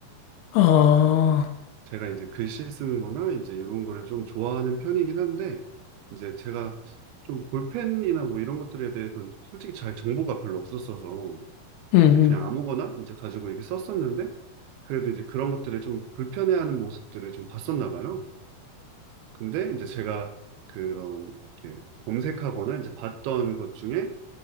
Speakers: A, on the left; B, on the right.
A: 어,
B: 제가 이제 글씨 쓰는 거나 이제 이런 거를 좀 좋아하는 편이긴 한데, 이제 제가 좀 볼펜이나 뭐 이런 것들에 대해서는 솔직히 잘 정보가 별로 없었어서,
A: 음, 음.
B: 이제 그냥 아무거나 이제 가지고 이렇게 썼었는데, 그래도 이제 그런 것들을 좀 불편해하는 모습들을 좀 봤었나 봐요. 근데 이제 제가 그런 이렇게 검색하거나 이제 봤던 것 중에